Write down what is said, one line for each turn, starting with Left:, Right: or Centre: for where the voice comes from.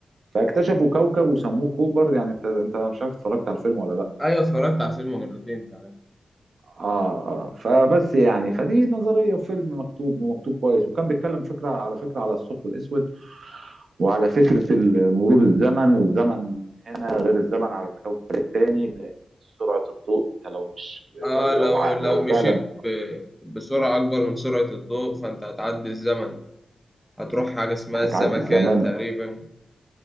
Right: فاكتشفوا كوكب وسموه كوبر يعني انت انت مش عارف اتفرجت على الفيلم ولا لا
Centre: ايوه اتفرجت على الفيلم مرتين كمان
Right: اه اه فبس يعني فدي نظريه وفيلم مكتوب ومكتوب كويس وكان بيتكلم فكره على فكره على الثقب الاسود وعلى فكره ال- مرور الزمن والزمن هنا غير الزمن على الكوكب الثاني لان سرعه الضوء انت لو مش
Centre: اه
Right: لو
Centre: لو
Right: لو ع-
Centre: لو
Right: لو
Centre: مشيت
Right: فعلا
Centre: ب... بسرعه اكبر من سرعه الضوء فانت هتعدي الزمن هتروح حاجه اسمها
Right: هتعدي
Centre: الزمكان
Right: الزمن
Centre: تقريبا